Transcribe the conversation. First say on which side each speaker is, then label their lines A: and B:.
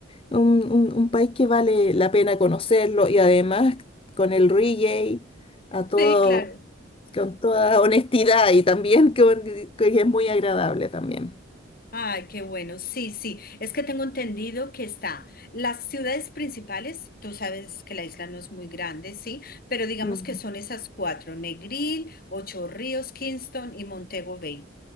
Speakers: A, on the left (about 30°); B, on the left (about 45°).
A: un, un, un país que vale la pena conocerlo, y además con el reggae, a todo
B: Sí, claro.
A: con toda honestidad y también con- que es muy agradable también.
B: Ay, qué bueno. Sí, sí. Es que tengo entendido que está las ciudades principales. Tú sabes que la isla no es muy grande, sí, pero digamos
A: Mm,
B: que son esas cuatro: Negril, Ocho Ríos, Kingston y Montego Bay.